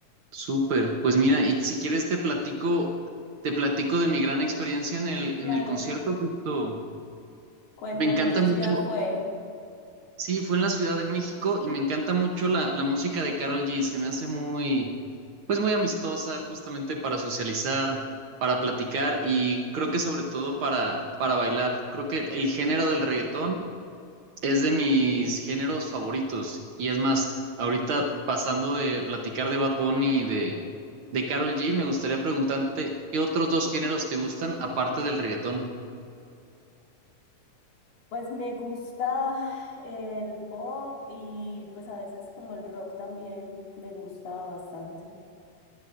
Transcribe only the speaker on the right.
Súper, pues mira, y si quieres te platico, te platico de mi gran experiencia en el,
en el concierto, justo.
Me encanta
mucho.
Sí, fue en la Ciudad de México y me encanta mucho la, la música de Karol G. Se me hace muy, pues muy amistosa, justamente para socializar, para platicar y creo que sobre todo para, para bailar. Creo que el, el género del reggaetón es de mis géneros favoritos. Y es más, ahorita pasando de platicar de Bad Bunny y de, de Karol G, me gustaría preguntarte, ¿qué otros dos géneros te gustan aparte del reggaetón?